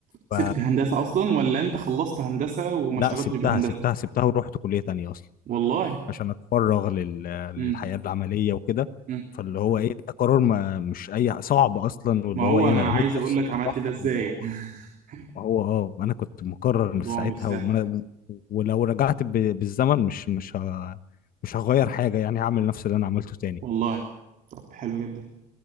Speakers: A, on the right; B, on the left.
A: سبت
B: ف
A: هندسه اصلا ولا انت خلصت هندسه وما
B: لا
A: اشتغلتش
B: سبتها
A: بهندسه
B: سبتها سبتها ورحت كليه تانية اصلا
A: والله
B: عشان اتفرغ لل... للحياه
A: امم
B: العمليه وكده
A: أمم.
B: فاللي هو ايه ده قرار ما مش اي صعب اصلا واللي
A: ما هو
B: هو ايه
A: انا
B: انا رميت
A: عايز اقول
B: نفسي
A: لك
B: في
A: عملت
B: البحر
A: ده ازاي
B: واللي هو
A: <laughs>
B: ما هو اه انا كنت مقرر
A: الموضوع
B: من ساعتها
A: مش سهل
B: وما ولو رجعت ب... بالزمن مش مش ه... مش هغير حاجه يعني هعمل نفس اللي انا عملته تاني
A: والله طب حلو جدا